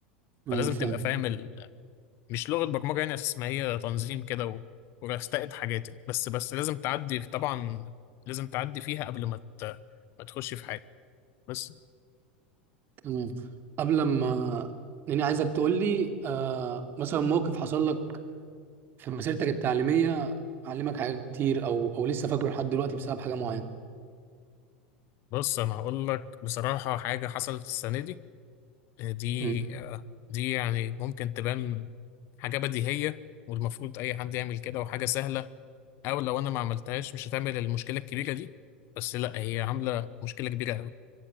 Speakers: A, on the right; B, on the left.
A: ايوه
B: فلازم
A: فاهم
B: تبقى فاهم ال مش لغة برمجة يعني اساس ما هي تنظيم كده و- ورستقت حاجات يعني. بس بس لازم تعدي طبعا لازم تعدي فيها قبل ما ت- ما تخش في حاجة بس
A: تمام قبل ما لاني عايزك تقول لي آه مثلا موقف حصل لك في مسيرتك التعليميه علمك حاجات كتير او او لسه فاكره لحد دلوقتي بسبب حاجه معينه
B: بص انا هقول لك بصراحة حاجة حصلت السنة دي آه، دي
A: امم
B: آه، دي يعني ممكن تبان حاجة بديهية والمفروض أي حد يعمل كده وحاجة سهلة او لو انا ما عملتهاش مش هتعمل المشكله الكبيره دي بس لا هي عامله مشكله كبيره قوي